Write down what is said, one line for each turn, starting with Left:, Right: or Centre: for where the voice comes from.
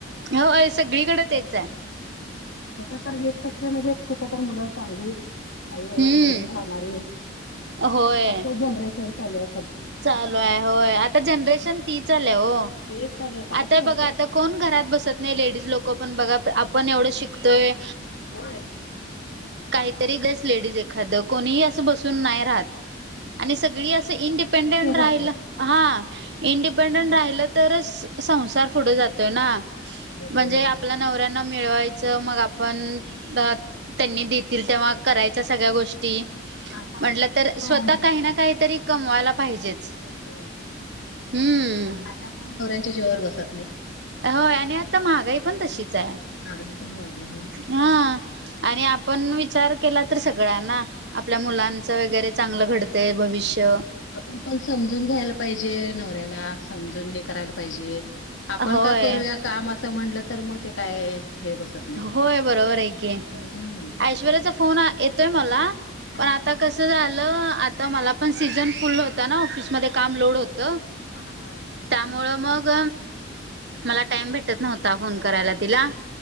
Right: हो सगळीकडे तेच आहे
Left: कुठ तर वीस टक्के मध्येेच कुठ तर मुलं चांगली आई बाबाला
Right: हम्म.
Left: धरून राहणारी
Right: होय
Left: असं जनरेशन चालूय.
Right: चालू आहे होय आता जनरेशन ती चालू आहे हो
Left: तेच चाललंय काय
Right: आता
Left: करायचं.
Right: बघा आता. कोण घरात बसत नाही लेडीज लोक पण बघा आपण एवढं शिकतोय.
Left: होय
Right: काहीतरी गेस लेडीज एखादं कोणीही असं बसून
Left: काम
Right: नाही
Left: करत
Right: राहत.
Left: रहा.
Right: आणि सगळी असं इंडिपेंडेंट राहिला
Left: राहत नाही.
Right: हां. इंडिपेंडंट
Left: हम्म
Right: राहिलं तरच संसार पुढे जातोय ना म्हणजे
Left: ते होय.
Right: आपला नवरा मिळवायच मग आपण त्यांनी देतील तेव्हा करायचा सगळ्या गोष्टी. म्हटलं
Left: आता असं कोण
Right: तर स्वतः
Left: हे
Right: काही
Left: करत
Right: ना काहीतरी
Left: नाही.
Right: कमवायला पाहिजेच.
Left: होय
Right: हम्म
Left: आता नवऱ्यांच्या जिवावर बसत नाही.
Right: होय आणि आता महागाई पण तशीच आहे.
Left: महागाई पण वाढले.
Right: हां आणि आपण विचार केला तर सगळ्यांना आपल्या मुलांचं वगैरे चांगलं
Left: होय.
Right: घडतेय भविष्य.
Left: आपण पण समजून घ्यायला पाहिजे नवऱ्याला समजून हे करायला पा पाहिजे आपण
Right: होय
Left: का करूया काम असं म्हणलं तर मग ते काय हे बसत नाही.
Right: होय बरोबर आहे की
Left: हम्म.
Right: ऐश्वर्याचा फोन येतोय मला
Left: हा
Right: पण आता कस झालं आता मला पण सीझन फुल होता ना ऑफिसमध्ये काम लोड होत.
Left: हा हां
Right: त्यामुळं मग मला टाईम भेटत नव्हता फोन करायला तिला.